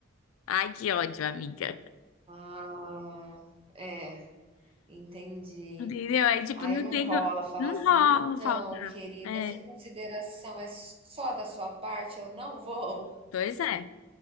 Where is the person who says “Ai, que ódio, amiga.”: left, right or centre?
Left